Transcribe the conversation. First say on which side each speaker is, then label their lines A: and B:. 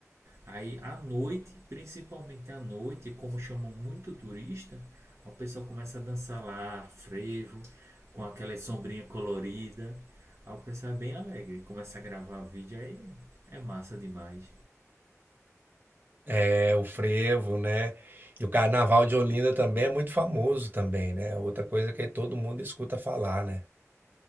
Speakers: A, on the right (about 60°); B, on the right (about 40°).
A: Aí à noite, principalmente à noite, como chamam muito turista, o pessoal começa a dançar lá, frevo, com aquela sombrinha colorida. Aí o pessoal é bem alegre, começa a gravar vídeo aí, é massa demais.
B: É, o frevo, né? E o Carnaval de Olinda também é muito famoso também, né? Outra coisa que todo mundo escuta falar, né?